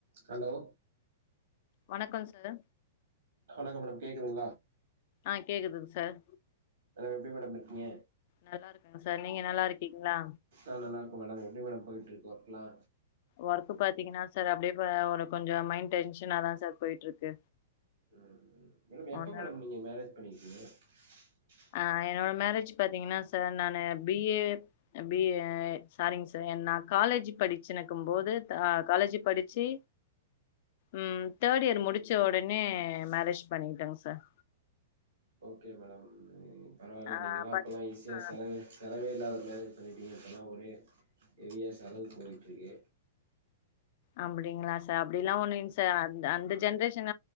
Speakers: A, on the right; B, on the left.
A: Hello
B: வணக்கம் sir
A: வணக்கம் madam கேக்குதுங்களா
B: ஆ கேக்குதுங்க சார்
A: ஹலோ எப்டி மேடம் இருக்கீங்க
B: நல்லா இருக்கங்க சார் நீங்க நல்லா இருக்கீங்களா
A: ஆ நல்லாருக்கே மேடம் எப்டி மேடம் போயிட்டு இருக்கு ஒர்க்கெல்லா
B: ஒர்க்கு பாத்தீங்கன்னா சார் அப்படியே ஒரு கொஞ்ச மைண்ட் டென்ஷனாதான் சார் போயிட்டு இருக்கு
A: ம் மேடம் எப்ப
B: ஒன்னு
A: மேடம் நீங்க மேரேஜ் பண்ணிங்க <unintelligible>
B: ஆ என்னோட மேரேஜ் பாத்தீங்கன்னா சார் நானு பிஏ பி சாரிங்க சார் நானு காலேஜ் படிச்சுனுக்கும்பது காலேஜ் படிச்சு ம் தேர்ட் இயர் முடிச்ச உடனே மேரேஜ் பண்ட்டேங்க சார்
A: ஓகே மேடம் <unintelligible> பரவாயில்ல
B: ஆ
A: நீங்கள் எல்லா
B: படி
A: அப்போல்லா ஈஸியா
B: ஆ
A: செலவு செலவே இல்லாத மேரேஜ் பண்ணிட்டீங்க அப்டின்னா ஒரே ஹெவியா செலவு போயிட்டு இருக்கு
B: அப்படிங்களா சார் அப்டிலா ஒண்ணுங்க சார் ஆ அந்த ஜென்ரேஷன்